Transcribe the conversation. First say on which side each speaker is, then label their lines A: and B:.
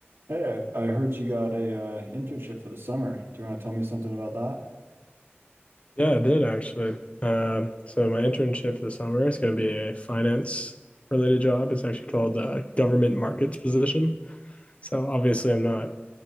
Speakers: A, on the right; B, on the left.
A: Hey, I, I heard you got a uh, internship for the summer. Do you want to tell me something about that?
B: Yeah, it did actually. Um, so my internship this summer is going to be a finance related job. It's actually called uh, government markets position. So obviously, I'm not